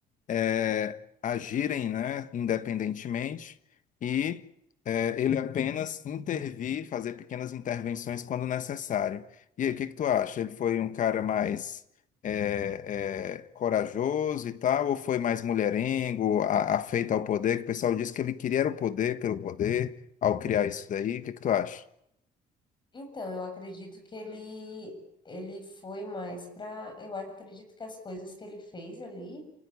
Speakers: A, on the left (about 50°); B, on the left (about 25°).
A: eh, agirem, né, independentemente e eh, ele apenas intervir, fazer pequenas intervenções quando necessário. E aí, o que que tu acha? Ele foi um cara mais eh, eh, corajoso e tal, ou foi mais mulherengo, a- afeito ao poder? Que o pessoal disse que ele queria era o poder pelo poder ao criar isso daí. O que que tu acha?
B: Então, eu acredito que ele ele foi mais para, eu acredito que as coisas que ele fez ali